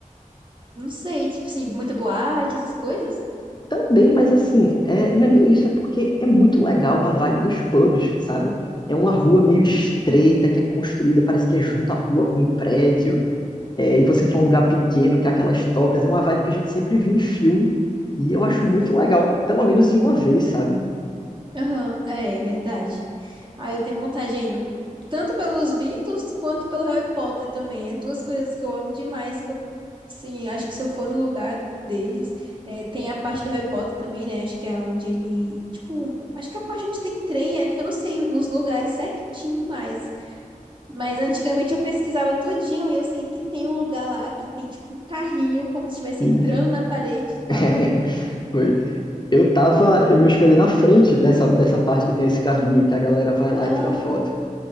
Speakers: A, on the right; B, on the left.
A: não sei, tipo assim, muita boate, essas coisas.
B: Também, mas assim, é, não é nem isso, é porque é muito legal a vibe dos pubs, sabe? É uma rua
A: Hum.
B: meio estreita que é construída, parece que é junto à rua com um prédio, é,
A: Uhum.
B: e você entra num lugar pequeno que é aquelas tocas, é uma vibe que a gente sempre vê em filme, e
A: Hum.
B: eu acho muito legal, pelo menos de uma vez, sabe?
A: Aham, é, é verdade. Ah, eu tenho vontade ainda, tanto pelos Beatles quanto pelo Harry Potter também. É duas coisas que eu amo demais, que eu, sim, acho que se eu for no lugar deles, é, tem a parte do Harry Potter também, né? Acho que é onde ele, tipo, acho que é a parte onde tem trem, é que eu não sei os lugares certinho mais. Mas antigamente eu pesquisava tudinho e eu sei que tem um lugar lá que tem, tipo, um carrinho, como se estivesse
B: Sim.
A: entrando na parede e tal.
B: <laughs> Foi. Eu tava, eu me hospedei na frente dessa, dessa parte que tem esse carrinho, que a galera vai lá
A: Ah,
B: e tira foto.